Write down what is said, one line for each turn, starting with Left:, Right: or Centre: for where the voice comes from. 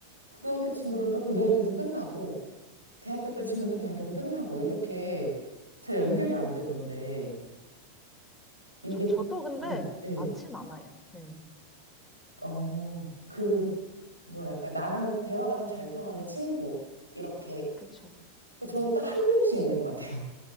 Right: 고등학교 친구는
Centre: 음,
Right: 또 고등학교에서 끝나고, 대학교 때
Centre: 음.
Right: 친구는 또 대학교에서 끝나고, 이렇게 잘 연결이 안 되던데, 이게,
Centre: 저, 저도 근데
Right: 네, 예.
Centre: 많진 않아요. 네네.
Right: 어, 그, 뭐랄까, 나랑 대화가 좀 잘 통하는 친구, 이렇게.
Centre: 그쵸?
Right: 뭐
Centre: 네.
Right: 저도 딱 한 명씩 있는 것 같아요.